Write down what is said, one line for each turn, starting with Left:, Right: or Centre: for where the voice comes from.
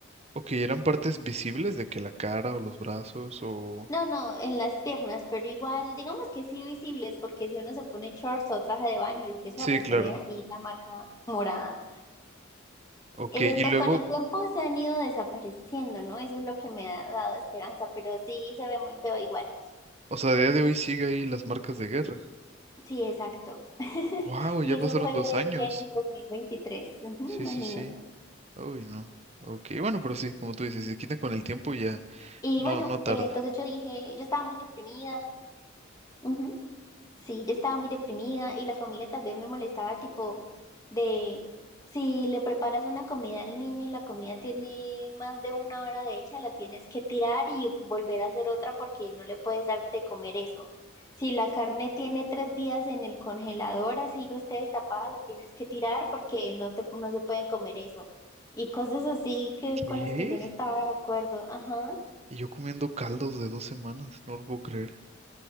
Right: Ok, ¿eran partes visibles de que la cara o los brazos o...?
Left: No, no, en las piernas, pero igual, digamos que sí visibles, porque si uno se pone shorts o traje de baño, lo que sea,
Right: Sí,
Left: pues
Right: claro.
Left: se ve ahí la marca morada.
Right: Ok,
Left: Eh,
Right: y
Left: pues
Right: luego,
Left: con el tiempo se han ido desapareciendo, ¿no? Eso es lo que me ha dado esperanza, pero sí se ve muy feo igual.
Right: o sea, a día de hoy sigue ahí las marcas de guerra.
Left: Sí, exacto. <laughs>
Right: Wow, ya
Left: Y
Right: pasaron
Left: eso fue
Right: dos años.
Left: en 2023, ujú,
Right: Sí,
Left: imagínate.
Right: sí, sí. Uy, no. Ok, bueno, pero sí, como tú dices, si se quita con el tiempo ya
Left: Y
Right: no,
Left: bueno,
Right: no tarda.
Left: eh, entonces yo dije, yo estaba muy deprimida, ujú, sí, yo estaba muy deprimida y la familia también me molestaba tipo de si le preparas una comida al niño y la comida tiene más de una hora de hecha, la tienes que tirar y volver a hacer otra porque no le puedes dar de comer eso. Si la carne tiene tres días en el congelador, así no esté destapada, la tienes que tirar porque no te, no se pueden comer eso. Y cosas así que
Right: ¿Qué?
Left: con las que yo no estaba de acuerdo, ajá.
Right: Y yo comiendo caldos de dos semanas, no lo puedo creer.